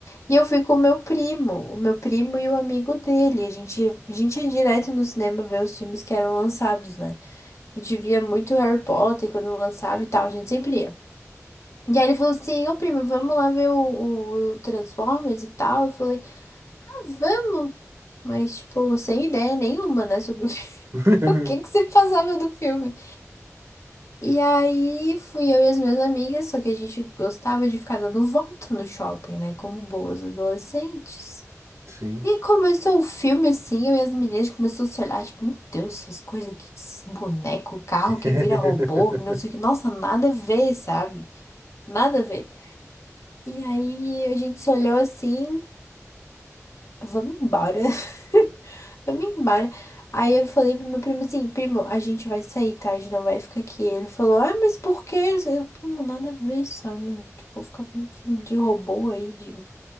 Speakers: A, on the left; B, on the right.
A: E eu fui com o meu primo, o meu primo e o amigo dele. A gente, a gente ia direto no cinema ver os filmes que eram lançados, né? A gente via muito Harry Potter quando lançava e tal, a gente sempre ia. E aí ele falou assim, ô primo, vamos lá ver o, o Transformers e tal. Eu falei, ah, vamos! Mas, tipo, sem ideia nenhuma, né, sobre o que,
B: <laughs>
A: <laughs> o que que se passava do filme. E aí fui eu e as minhas amigas, só que a gente gostava de ficar dando volta no shopping, né? Como boas adolescentes.
B: Sim.
A: E começou o filme assim, eu e as meninas começou a se olhar, tipo, meu Deus, essas coisas aqui, esses bonecos, carro
B: <laughs>
A: que vira robô, que não sei o que, nossa, nada a ver, sabe? Nada a ver. E aí a gente se olhou assim, vamos embora. <laughs> Vamos embora. Aí eu falei pro meu primo assim, primo, a gente vai sair, tá? A gente não vai ficar aqui. Ele falou, ah, mas por quê? Eu, primo, nada a ver, sabe? Tipo, ficar com filme de robô aí, de